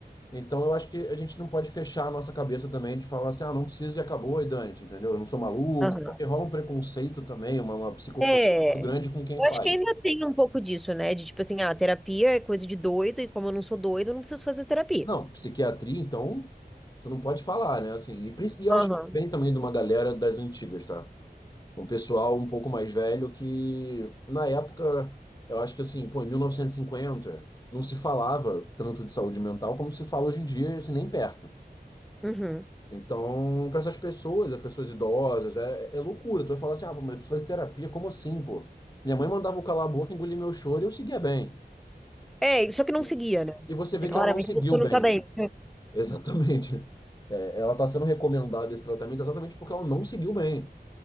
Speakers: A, on the left; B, in the centre.
A: então eu acho que a gente não pode fechar a nossa cabeça também de falar assim, ah, não precisa e acabou e dane-se, entendeu? Eu não sou maluco,
B: aham.
A: porque rola um preconceito também, uma, uma psicofobia
B: É.
A: muito grande com quem
B: Eu
A: faz.
B: acho que ainda tem um pouco disso, né? De tipo assim, ah, terapia é coisa de doido, e como eu não sou doida, eu não preciso fazer terapia.
A: Não, psiquiatria, então, tu não pode falar, né? Assim, e, prin- e eu
B: Aham.
A: acho que isso vem também de uma galera das antigas, tá? Um pessoal um pouco mais velho que, na época, eu acho que assim, pô, em 1950, não se falava tanto de saúde mental como se fala hoje em dia, assim, nem perto.
B: Uhum.
A: Então, para essas pessoas, as pessoas idosas, é, é loucura. Tu vai falar assim, ah, pô, mas eu preciso fazer terapia, como assim, pô? Minha mãe mandava eu calar a boca, engolir meu choro e eu seguia bem.
B: É, só que não
A: Sim.
B: seguia, né?
A: E você
B: Você
A: vê
B: claramente
A: que ela não seguiu
B: você não
A: bem,
B: tá bem.
A: né? <laughs> Exatamente. É, ela está sendo recomendada esse tratamento exatamente porque ela não seguiu bem.